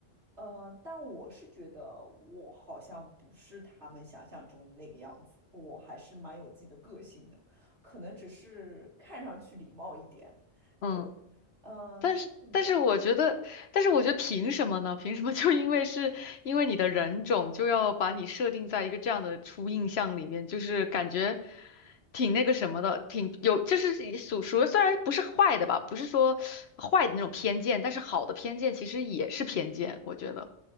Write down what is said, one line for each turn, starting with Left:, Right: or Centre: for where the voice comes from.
Right: 呃，但我是觉得我好像不是他们想象中的那个样子，我还是蛮有自己的个性的，可能只是看上去礼貌一点。
Left: 嗯。
Right: 对，嗯、
Left: 但是，
Right: 这是一点，
Left: 但是我觉得，但是我觉得凭什么呢？凭什么就因为是因为你的人种，就要把你设定在一个这样的初印象里面？就是感觉挺那个什么的，挺有，就是属属于虽然不是坏的吧，不是说坏的那种偏见，但是好的偏见其实也是偏见，我觉得。